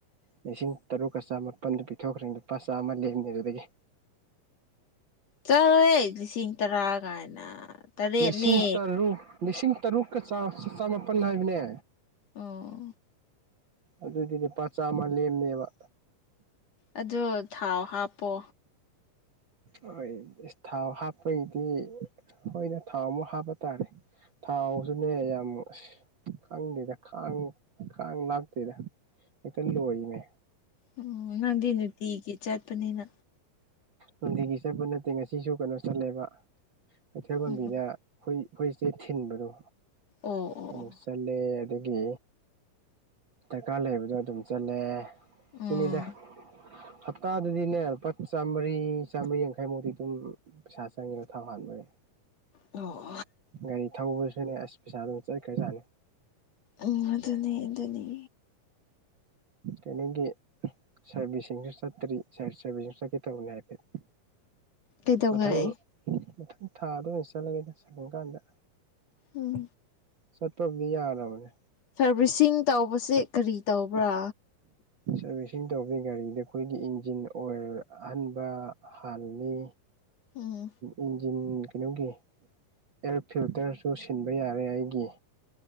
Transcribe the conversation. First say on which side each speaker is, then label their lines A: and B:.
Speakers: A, on the right; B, on the left.
A: ꯂꯤꯁꯤꯡ ꯇꯔꯨꯛꯀ ꯆꯥꯃꯥꯄꯟꯗꯨ ꯄꯤꯊꯣꯛꯈ꯭ꯔꯦ ꯂꯨꯄꯥ ꯆꯥꯝꯃ ꯂꯦꯝꯅꯤ ꯑꯗꯨꯗꯒꯤ
B: ꯆꯦ ꯂꯤꯁꯤꯡ ꯇꯔꯥ ꯀꯥꯏꯅ ꯇꯔꯦꯠꯅꯦ
A: ꯂꯤꯁꯤꯡ ꯇꯔꯨꯛ ꯂꯤꯁꯤꯡ ꯇꯔꯨꯛꯀ ꯆꯃꯥꯄꯜ ꯍꯥꯏꯕꯅꯦ
B: ꯑꯣ
A: ꯑꯗꯨꯗꯨꯗꯤ ꯄꯄꯥ ꯆꯥꯝꯃ ꯂꯦꯝꯅꯦꯕ
B: ꯑ ꯊꯥꯎ ꯍꯥꯞꯄꯣ
A: ꯍꯣꯏ ꯏꯁ ꯊꯥꯎ ꯍꯥꯞꯄꯒꯤꯗꯤ ꯍꯣꯏꯅ ꯊꯥꯎ ꯑꯃꯨꯛ ꯍꯥꯞꯄ ꯇꯥꯔꯦ ꯊꯥꯎꯁꯨꯅꯦ ꯌꯥꯝ ꯑꯁ ꯈꯪꯗꯦꯗ ꯈꯥꯡ ꯈꯥꯡ ꯂꯥꯛꯇꯦꯗ ꯀꯟ ꯂꯅꯦ
B: ꯑꯣ ꯅꯪꯗꯤ ꯅꯨꯡꯇꯤꯒꯤ ꯆꯠꯄꯅꯤꯅ
A: ꯅꯨꯡꯇꯤꯒꯤ ꯆꯠꯄ ꯅꯠꯇꯦ ꯉꯁꯤꯁꯨ ꯀꯩꯅꯣ ꯆꯠꯂꯦꯕ ꯀꯩꯊꯦꯜ ꯃꯕꯤꯗ
B: ꯎꯝ
A: ꯍꯣꯏ ꯍꯨꯣꯏꯁꯦ ꯊꯤꯟꯕꯗꯣ
B: ꯑꯣ ꯑꯣ
A: ꯑꯃꯨꯛ
B: ꯑꯣ
A: ꯆꯠꯂꯦ ꯑꯗꯒꯤ ꯗꯔꯀꯥꯔ ꯂꯩꯕꯗꯣ ꯑꯗꯨꯝ ꯆꯠꯂꯦ ꯁꯤꯅꯤꯗ
B: ꯎꯝ
A: ꯍꯞꯇꯥ ꯑꯗꯨꯗꯤꯅꯦꯦ ꯄ ꯆꯥꯝꯃꯔꯤ ꯆꯥꯝꯃꯔꯤ ꯌꯥꯡꯈꯩꯃꯨꯗꯤꯤ ꯑꯗꯨꯝ ꯄꯩꯁꯥ ꯆꯪꯉꯦꯅ ꯊꯥꯎ ꯍꯥꯟꯕꯅꯦ
B: ꯑꯣ
A: ꯒꯥꯔꯤ ꯊꯧꯕꯁꯨꯅꯦ ꯑꯁ ꯄꯩꯁꯥ ꯑꯗꯨꯝ ꯆꯠꯈ꯭ꯔꯖꯥꯅꯤ
B: ꯎꯝ ꯑꯗꯨꯅꯤ ꯑꯗꯨꯅꯤ
A: ꯀꯩꯅꯣꯒꯤ ꯁꯥꯔꯦꯕꯤ ꯆꯇꯔꯤꯔꯦ ꯁꯔꯕꯤꯁ ꯀ ꯇꯕꯅꯦ ꯍꯥꯏꯐꯦꯠ
B: ꯀꯩꯗꯧꯉꯩ
A: ꯃꯊꯪ ꯃꯊꯪ ꯊꯥꯗ ꯑꯣꯏꯅ ꯆꯠꯂꯒꯦꯗ ꯆꯠꯂ ꯀꯥꯟꯗ
B: ꯎꯝ
A: ꯆꯠꯄꯕꯨꯗꯤ ꯌꯥꯔꯕꯅꯦ
B: ꯁꯔꯚꯤꯁꯁꯤꯡ ꯇꯧꯕꯁꯦ ꯀꯔꯤ ꯇꯧꯕ꯭ꯔꯥ
A: ꯁꯥꯔꯚꯤꯁꯁꯤꯡ ꯇꯧꯕꯒꯤ ꯒꯥꯔꯤꯗ ꯑꯩꯈꯣꯏꯒꯤ ꯏꯟꯖꯤꯟ ꯑꯣꯏꯜ ꯑꯍꯟꯕ ꯍꯥꯜꯂꯤ
B: ꯎꯝ
A: ꯏꯟꯖꯤꯟ ꯀꯩꯅꯣꯒꯤ ꯑꯦꯌꯥꯔ ꯐꯤꯜꯇꯔꯁꯨ ꯁꯤꯟꯕ ꯌꯥꯔꯦ ꯑꯩꯒꯤ